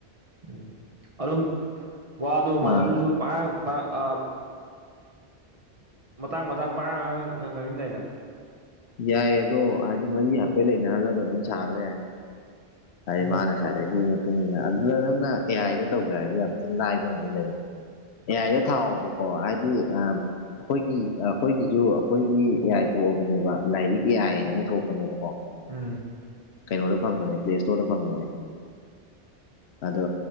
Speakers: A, on the right; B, on the left.
A: ꯎꯝ ꯑꯗꯨꯝ ꯋꯥꯗꯣ ꯃꯥꯟꯅꯗꯔꯁꯨ꯫
B: ꯑꯥ
A: ꯄꯉꯥꯡ ꯑꯥ ꯃꯇꯥꯡ ꯃꯇꯥꯡ ꯄꯉꯥꯡ ꯉꯥꯡꯁꯤꯟꯗꯥꯏꯅꯦ ꯅꯪ꯫
B: ꯌꯥꯏꯌꯦ ꯑꯗꯣ ꯍꯥꯏꯗꯤ ꯃꯔꯤ ꯍꯥꯏꯐꯦꯠ ꯂꯩꯅꯍꯜꯂꯒ ꯑꯗꯨꯝ ꯁꯥꯔꯁꯨ ꯌꯥꯏ꯫ ꯍꯥꯏꯗꯤ
A: ꯎꯝ
B: ꯃꯥꯅ ꯁꯥꯅꯩꯗꯨꯒꯤ ꯃꯇꯨꯡ ꯏꯟꯅ ꯑꯗꯨꯗ ꯅꯪꯅ ꯑꯦ ꯑꯥꯏꯗ ꯇꯧꯒꯦ ꯍꯥꯏꯔꯗꯤ ꯌꯥꯝ ꯊꯤ ꯂꯥꯏꯕ ꯑꯃꯗꯤ ꯂꯩꯌꯦ꯫ ꯑꯦ ꯌꯥꯏꯗ ꯊꯥꯎꯑꯣꯕꯀꯣ ꯍꯥꯏꯗꯤ ꯑꯝ꯫ ꯑꯩꯈꯣꯏꯒꯤ ꯑꯩꯈꯣꯏꯒꯤꯁꯨ ꯑꯩꯈꯣꯏꯒꯤ ꯑꯦ ꯑꯥꯏ ꯊꯣꯛꯑꯕꯅꯦꯕ ꯂꯥꯏꯔꯤꯛ ꯑꯦ ꯑꯥꯏꯅ ꯑꯃ ꯊꯣꯛꯄꯅꯦꯕꯀꯣ꯫
A: ꯎꯝ꯫
B: ꯀꯩꯅꯣꯗ ꯐꯪꯕꯅꯦ ꯄ꯭ꯂꯦ ꯏꯁꯇꯣꯔꯗ ꯐꯪꯕꯅꯦ꯫ ꯑꯗꯣ